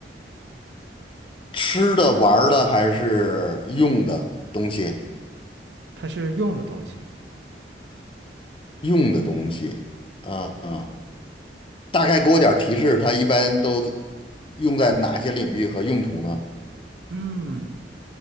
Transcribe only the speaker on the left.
吃的、玩儿的还是用的东西？
用的东西，啊、啊，大概给我点儿提示，它一般都用在哪些领域和用途呢？